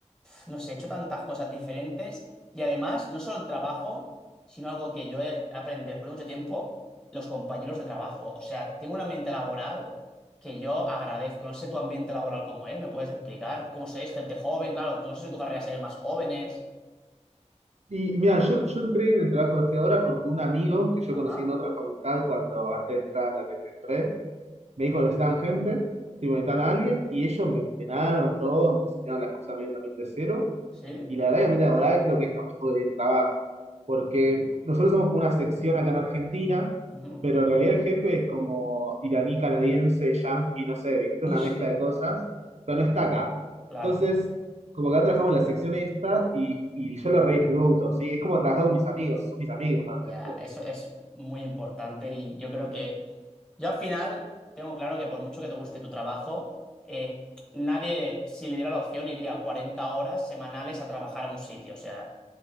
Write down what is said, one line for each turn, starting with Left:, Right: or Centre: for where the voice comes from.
Centre: no sé, he hecho tantas cosas diferentes y además, no solo el trabajo, sino algo que yo he aprendido después de mucho tiempo, los compañeros de trabajo. O sea, tengo un ambiente laboral que yo agradezco. No sé tu ambiente laboral cómo es, ¿me puedes explicar cómo sois? Gente joven, claro, no sé si tu carrera sea más jóvenes.
Right: Y mira, yo, yo entré en el trabajo de ahora porque un amigo que yo
Centre: Ajá,
Right: conocí en otra facultad cuando antes de entrar a la que te entré, me dijo que necesitaban gente, si me necesitaban a alguien, y ellos me entrenaron todo, me enseñaron las cosas medio también de cero,
Centre: sí.
Right: y la verdad que el ambiente laboral creo que es lo mejor del trabajo, porque nosotros somos como una sección acá en Argentina,
Centre: ujú,
Right: pero en realidad el jefe es como iraní, canadiense, yanqui, no sé, ¿viste?
Centre: <laughs>
Right: Una mezcla de cosas, pero no está acá.
Centre: Claro.
Right: Entonces, como que acá trabajamos en la sección esta, y, y yo lo re disfruto, ¿sí? Es como trabajar con mis amigos, son mis amigos realmente.
Centre: Ya, eso es muy importante y yo creo que yo al final tengo claro que por mucho que te guste tu trabajo, eh, nadie, si le diera la opción, iría 40 horas semanales a trabajar a un sitio, o sea,